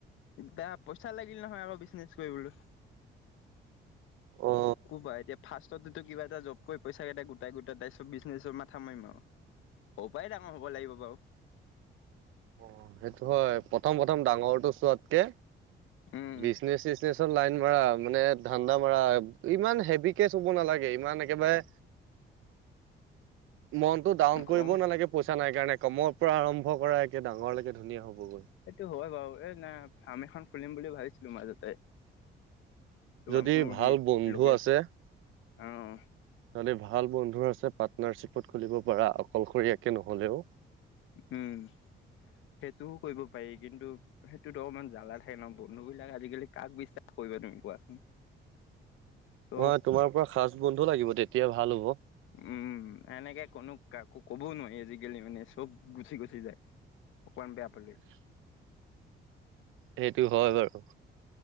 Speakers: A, on the left; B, on the right.
A: তা পইচা লাগিল নহয়, আকৌ বিজনেচ কৰিবলৈ।
B: অ
A: কবা এতিয়া। ফাষ্টটেটো কিবা এটা জব কৰি, পইচা কেইটা গোটাই গোটাই তাৰপিছত বিজনেছৰ মাথা মাৰিম আও। সৰু পাই ডাঙৰ হ'ব লাগিব বাও।
B: অ' সেইটো হয়, প্ৰথম, প্ৰথম ডাঙৰটো চোৱাতকে,
A: উম।
B: বিজনেচ চিজনেচ। তাৰপিছত লাইন মাৰা, মানে ধানদা মাৰা, ইমান হেভিকে চুব নালাগে ইমান একেবাৰে। <inaudible> মনটো ডাউন কৰিবও
A: গম
B: নালাগে, পইচা নাই কাৰণে, কমৰ পৰা আৰম্ভ কৰা। ডাঙৰলেকে ধুনীয়া হ'বগৈ।
A: সেইটো হয় বাও, এ না ফাৰ্ম এখন খুলিম বুলি ভাবিছিলো মাজতে। তোমাৰ
B: যদি
A: মূৰ্গী,
B: ভাল বন্ধু
A: লোকেল
B: আছে
A: আহ।
B: যদি ভাল বন্ধু আছে, পাৰ্টনাৰশ্বিপত খুলিব পাৰা, অকলশৰীয়াকে নহলেওঁ।
A: উম' সেইটোও কৰিব পাৰি, কিন্তু সেইটোত অকপমান জ্বালা থাকে ন, বন্ধু বিলাক আজিকালি কাক বিশ্বাস কৰিবা তুমি কোৱাচোন? চব
B: অ' তোমাৰ পুৰা খাচ বন্ধু লাগিব, তেতিয়া ভাল হ'ব।
A: উম' এনেকে কোনো কাকো ক'বও নোৱাৰি, আজিকালি মানে চব গুচি, গুচি যায়। অকণমান বেয়া পালি।
B: <unintelligible> সেইটো হয় বাৰু।